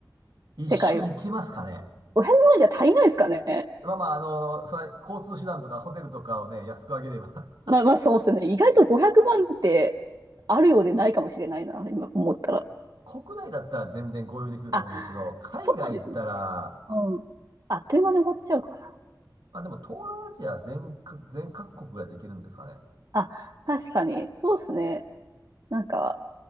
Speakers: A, on the right; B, on the right.
A: 一周行けますかね
B: 世界を。500万じゃ足りないですかね。
A: まあまあ、あのー、それは交通手段とかホテルとかをね、安くあげれば
B: まあまあ、そうっすね。意外と500万ってあるようでないかもしれないな、今思ったら。
A: <laughs> 国内だったら全然合流できると思うんですけど、
B: あ、
A: 海外行ったら、
B: そうですね。うん。あっという間に終わっちゃうかな。
A: まあでも東南アジア全か、全各国ぐらいで行けるんですかね
B: あ、確かに、そうですね。なんか、